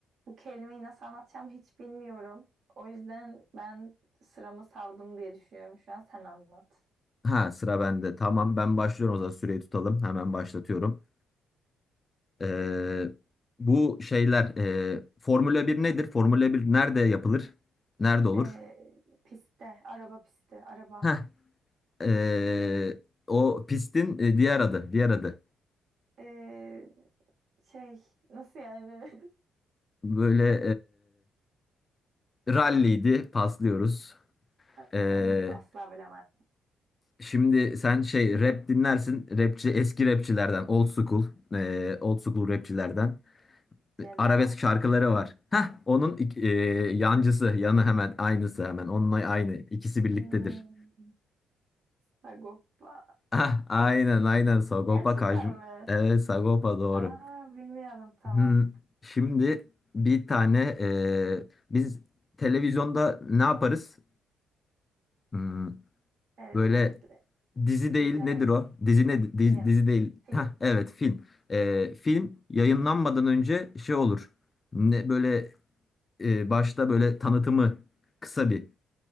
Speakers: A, on the right; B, on the left.
A: Bu kelimeyi nasıl anlatacağımı hiç bilmiyorum. O yüzden ben sıramı savdım diye düşünüyorum şu an. Sen anlat.
B: Ha sıra bende. Tamam ben başlıyorum o zaman süreyi tutalım. Hemen başlatıyorum. Ee, bu şeyler e, Formula 1 nedir? Formula bir nerede yapılır? Nerede olur?
A: Ee, piste, araba pisti, araba.
B: Heh, ee, o pistin e, diğer adı. Diğer adı.
A: Ee, şey, nasıl yani?
B: Böyle e, ralliydi. Paslıyoruz.
A: <laughs>
B: Ee,
A: Ay asla bilemem.
B: şimdi sen şey rap dinlersin. Rapçi eski rapçilerden. Old school. e, old school rapçilerden.
A: Ceza.
B: Arabesk şarkıları var. Heh, onun ik- e, yancısı, yanı hemen aynısı hemen. Onunla aynı. İkisi birliktedir.
A: Hmm, Sagopa.
B: Ah, aynen aynen Sagopa
A: Gerçekten
B: Kajm.
A: mi?
B: Evet Sagopa doğru.
A: Aa, bilmiyordum tamam.
B: Hmm, şimdi bir tane e, biz televizyonda ne yaparız? Hmm,
A: Televizyon
B: böyle
A: izle,
B: dizi değil
A: izlemek.
B: nedir o? Dizi ne di-
A: Film.
B: dizi değil.
A: Film.
B: Heh, evet film. E, film yayınlanmadan önce şey olur. Ne böyle e, başta böyle tanıtımı kısa bir.